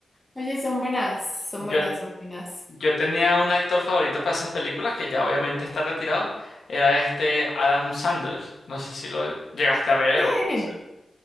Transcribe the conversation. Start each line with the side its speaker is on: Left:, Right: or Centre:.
Centre: Oye, son buenas, son
Left: Yo,
Centre: buenas, son buenas.
Left: yo tenía un actor favorito para esas películas que ya obviamente está retirado. Era este Adam Sandler. No sé si lo llegaste a ver o
Centre: Sí,
Left: a conocer.